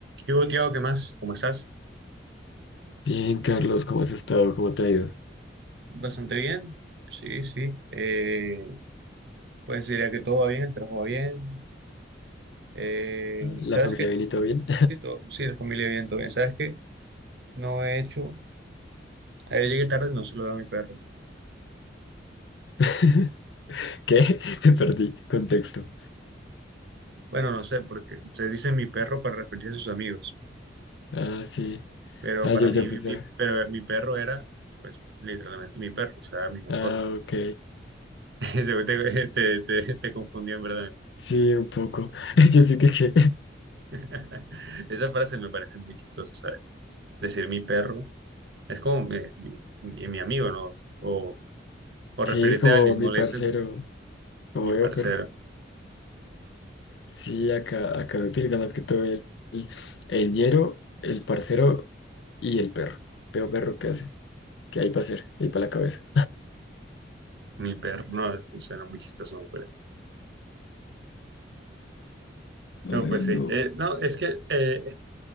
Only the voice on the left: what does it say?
Bien, Carlos, ¿cómo has estado? ¿Cómo te ha ido?
¿La
familia
bien y todo bien?
<laughs> ¿Qué? Te perdí. Contexto.
Ah, sí.
Ah,
yo
ya puse.
Ah, ok.
Sí, un poco. <laughs> Yo sí que, que-
Sí,
como
mi
parcero.
Como
veo,
pero. Sí, acá, acá se utiliza más que todo el, el, el ñero, el parcero y el perro. Veo perro, ¿qué hace? ¿Qué hay para hacer? ¿Qué hay para la cabeza?
<laughs>
Ay,
no.